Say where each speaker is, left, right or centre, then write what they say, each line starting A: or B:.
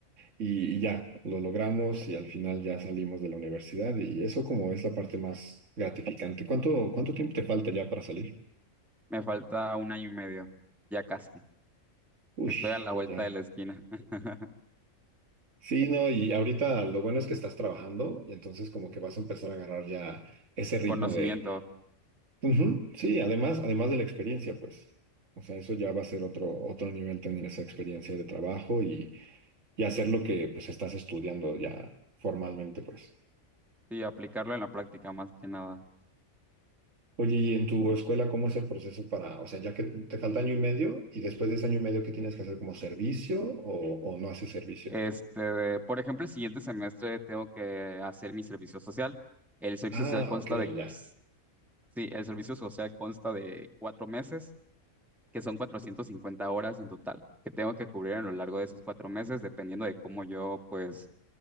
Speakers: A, on the right; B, in the centre.
A: y, y ya, lo logramos y al final ya salimos de la universidad y eso como es la parte más gratificante. ¿Cuánto, cuánto tiempo te falta ya para salir?
B: Me falta un año y medio, ya casi.
A: Uy,
B: Estoy a la vuelta
A: ya.
B: de la esquina. <laughs>
A: Sí, no, y ahorita lo bueno es que estás trabajando y entonces como que vas a empezar a agarrar ya ese ritmo
B: Conocimiento,
A: de... Ujú, sí, además, además de la experiencia, pues. O sea, eso ya va a ser otro, otro nivel tener esa experiencia de trabajo y, y hacer lo que pues estás estudiando ya formalmente, pues.
B: sí, aplicarlo en la práctica más que nada.
A: Oye, ¿y en tu escuela cómo es el proceso para, o sea, ya que te falta año y medio y después de ese año y medio, ¿qué tienes que hacer como servicio o, o no haces servicio?
B: Este, de- por ejemplo, el siguiente semestre tengo que hacer mi servicio social. El servicio
A: Ah,
B: social consta
A: ok,
B: de,
A: ya.
B: sí, el servicio social consta de cuatro meses, que son 450 horas en total, que tengo que cubrir a lo largo de esos cuatro meses, dependiendo de cómo yo, pues,